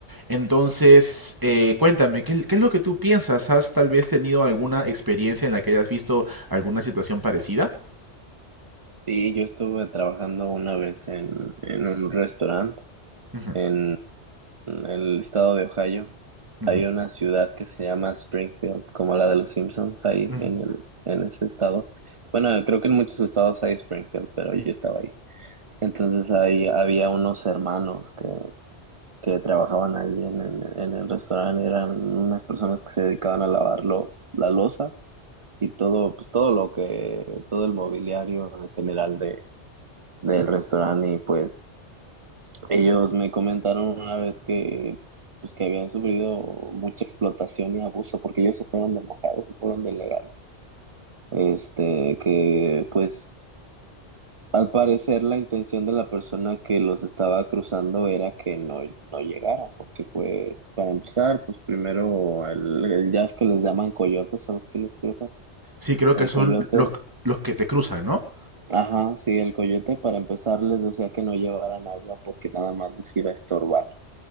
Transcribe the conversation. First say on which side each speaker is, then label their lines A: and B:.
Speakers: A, on the right; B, on the right.
A: Entonces, eh, cuéntame, ¿qué, qué es lo que tú piensas? ¿Has tal vez tenido alguna experiencia en la que hayas visto alguna situación parecida?
B: Sí, yo estuve trabajando una vez en, en un restaurante
A: Ujú,
B: en el estado de Ohio.
A: ujú,
B: Hay una ciudad que se llama Springfield, como la de los Simpsons, ahí
A: ujú.
B: en el, en ese estado. Bueno, creo que en muchos estados hay Springfield, pero yo estaba ahí. Entonces ahí había unos hermanos que, que trabajaban ahí en, en en el restaurante. Eran unas personas que se dedicaban a lavar los, la loza y todo, pues todo lo que, todo el mobiliario en general de, del restaurante y pues ellos me comentaron una vez que pues que habían sufrido mucha explotación y abuso porque ellos se fueron de mojados, se fueron de legal. Este, que pues al parecer la intención de la persona que los estaba cruzando era que no, no llegaran porque pues para empezar, pues primero el, el ya es que les llaman coyotes a los que les cruzan.
A: Sí, creo
B: El
A: que son
B: coyote
A: los, los que te cruzan, ¿no?
B: Ajá, sí, el coyote para empezar les decía que no llevaran agua porque nada más les iba a estorbar.